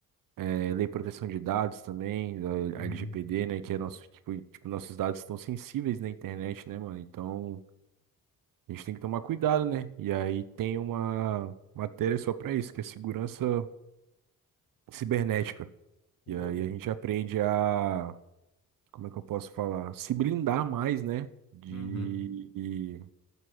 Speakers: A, on the right; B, on the left.
A: eh, lei de proteção de dados também, a
B: Uhum.
A: a LGPD, né? Que é nosso, tipo, tipo, nossos dados estão sensíveis na internet, né, mano? Então, a gente tem que tomar cuidado, né? E aí tem uma matéria só pra isso, que é segurança cibernética.
B: Pô.
A: E aí a gente aprende a, como é que eu posso falar? Se blindar mais, né? De
B: Uhum.